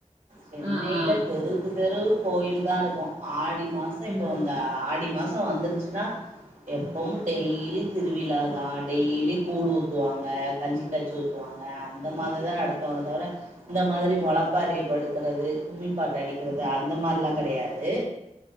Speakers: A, on the right (about 90°); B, on the right (about 50°).
A: சென்னையில
B: ஆ ஆ
A: தெருக்கு தெரு கோயில் தா இருக்கு ஆடி மா ச இப்ப
B: ம்
A: வந்தா ஆடி மாசோ வந்துருச்சுனா எப்பமு டெய்லி திருவிழாதா டெய்லி கூழ் ஊத்துவாங்க கஞ்சி காச்சி ஊத்துவாங்க அந்த மாதி தா நடத்துவாங்க தவிர இந்த மாதிரி மொளப்பாரிப்படுத்றது கும்மிப்பாட்டு அடிக்கிறது அந்த மார்லா கெடையா து